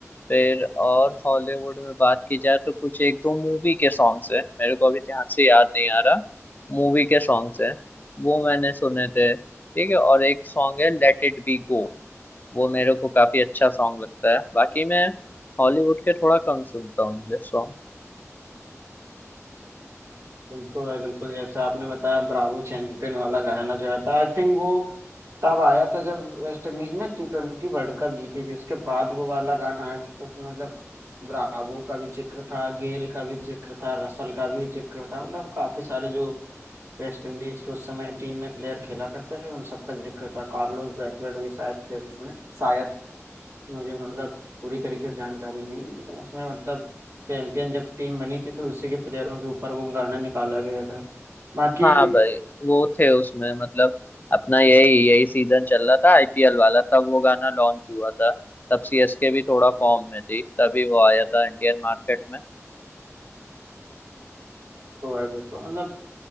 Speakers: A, on the left; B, on the right.
A: फिर और हॉलीवुड में बात की जाए तो कुछ एक दो मूवी के सॉन्ग्स है मेरे को अभी ध्यान से याद नहीं आ रहा मूवी के सॉन्ग्स है वो मैंने सुने थे ठीक है और एक सॉन्ग है लेट इट बी गो वो मेरे को काफी अच्छा सॉन्ग लगता है बाकी मैं हॉलीवुड के थोड़ा कम सुनता हूँ इंग्लिश सॉन्ग।
B: बिल्कुल है, बिल्कुल जैसा आपने बताया ब्रावो चैंपियन वाला गाना जो है था आई थिंक वो तब आया था जब वेस्ट इंडीज ने टी ट्वेंटी वर्ल्ड कप जीती थी उसके बाद वो वाला गाना आया था तो उसमें मतलब ब्रावो का भी जिक्र था गेल का भी जिक्र था रसल का भी जिक्र था मतलब काफी सारे जो वेस्ट इंडीज के उस समय टीम में प्लेयर खेला करते थे उन सबका जिक्र था कार्लोस ब्रैथवेट भी शायद थे उसमें शायद मुझे मतलब पूरी तरीके से जानकारी नहीं है लेकिन उसमें मतलब चैंपियन जब टीम बनी थी तो उसी के प्लेयरों के ऊपर वो गाना निकाला गया था बाकी
A: हाँ भाई वो थे उसमें मतलब अपना यही यही सीजन चल रहा था आईपीएल वाला तब वो गाना लॉन्च हुआ था तब सीएसके भी थोड़ा फॉर्म में थी तभी वो आया था इंडियन मार्केट में
B: तो है बिल्कुल। मतलब